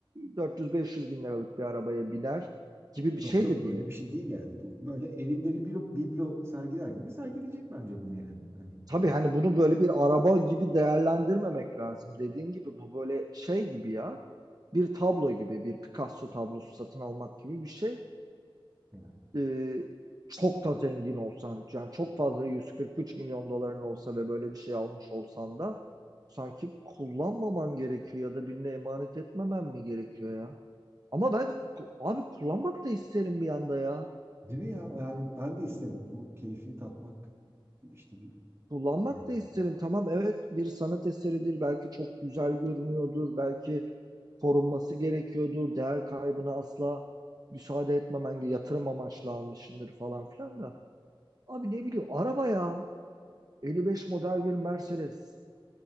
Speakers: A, on the right; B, on the right.
A: 400-500 bin liralık bir arabaya biner gibi bir şey
B: Yok yok
A: de
B: böyle
A: değil
B: bir şey
A: bu.
B: değil yani. Bu böyle evinde bir biblo, biblo sergiler gibi sergileyecek bence bunu yani. Hani
A: Tabii hani bunu böyle bir araba gibi değerlendirmemek lazım. Dediğin gibi bu böyle şey gibi ya. Bir tablo gibi, bir Picasso tablosu satın almak gibi bir şey.
B: yani.
A: e, çok da zengin olsan yani çok fazla 143 milyon doların olsa ve böyle bir şey almış olsan da sanki kullanmaman gerekiyor ya da birine emanet etmemen mi gerekiyor ya? Ama ben abi kullanmak da isterim bir anda ya.
B: Değil mi ya? Yani ben de isterim bu keyfi tatmak işte bir
A: Kullanmak
B: yani.
A: da isterim. Tamam evet bir sanat eseridir. Belki çok güzel görünüyordur. Belki korunması gerekiyordur. Değer kaybına asla müsaade etmemen, yatırım amaçlı almışsındır falan filan da. Abi ne bileyim araba ya. 55 model bir Mercedes.